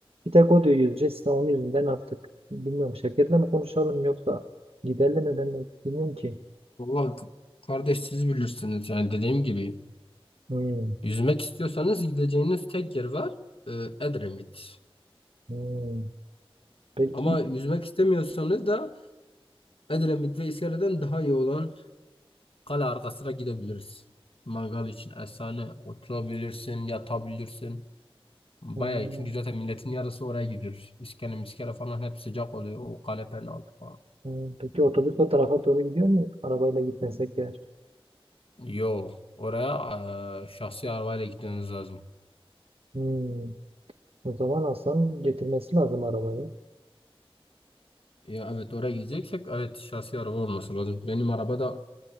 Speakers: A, on the right (about 75°); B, on the left (about 65°).
A: Bir tek o diyor yüzeceğiz. İşte onun yüzünden artık bilmiyorum Şevket'le mi konuşalım yoksa giderle mi ben de bilmiyorum ki.
B: Vallahi k- kardeş siz bilirsiniz. Yani dediğim gibi
A: Hmm.
B: yüzmek istiyorsanız gideceğiniz tek yer var. Ee, Edremit.
A: Hmm. Peki
B: Ama yüzmek istemiyorsanız da Edremit ve İskele'den daha iyi olan Kale arkasına gidebiliriz. Mangal için efsane oturabilirsin, yatabilirsin. Bayağı
A: ee,
B: iyi. çünkü zaten milletin yarısı oraya gidiyor. İskele miskele falan hep sıcak oluyor. O kale penaltı falan.
A: hmm, peki otobüs o tarafa doğru gidiyor mu? Arabayla gitmesek eğer.
B: Yo Oraya eee, şahsi arabayla gitmeniz lazım.
A: Hmm. O zaman Hasan getirmesi lazım arabayı.
B: Ya evet oraya gideceksek evet şahsi araba olması lazım. Benim araba da